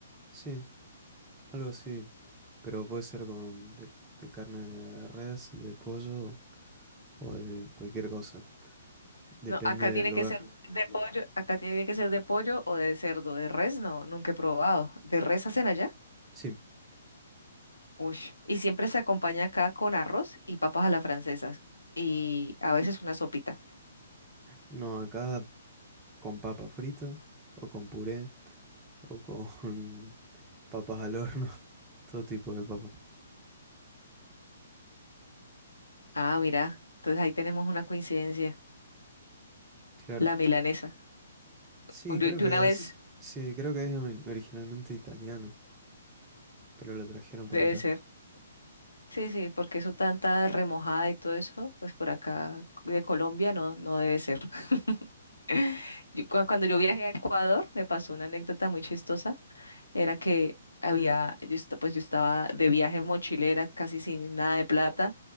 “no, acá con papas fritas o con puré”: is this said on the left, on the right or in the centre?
Right